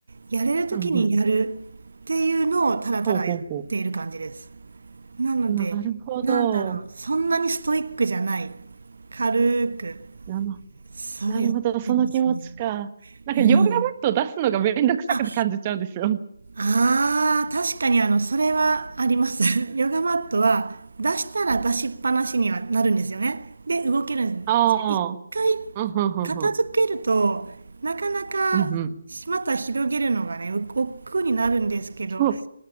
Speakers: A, on the right; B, on the right.
A: やれる時にやる
B: うん、うん。
A: っていうのをただただやっている感じです。
B: ほうほうほう。
A: なので、
B: なるほど。
A: なんだろう、そんなにストイックじゃない。軽く、
B: なの、
A: そうやってますね。
B: なるほど。その気持ちか。なんか、
A: うん。
B: ヨガマットを出すのがめんどくさく感じちゃうんですよ。
A: あ、ああ、確かにあの、それはあります。<laughs> ヨガマットは出したら出しっぱなしにはなるんですよね。で、動けるんですけど、
B: あ
A: 一回
B: あ。うん、うん、うん、
A: 片付けると、
B: うん。
A: なかなか
B: うん、うん。
A: また広げるのがね、お億劫になるんですけど、
B: そう。